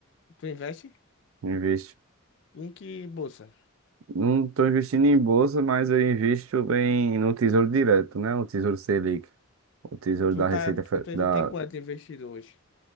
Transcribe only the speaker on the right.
Invisto.
Não estou investindo em bolsa, mas eu invisto em, no Tesouro Direto, né? O Tesouro Selic, o Tesouro
da
Receita
Fe- da...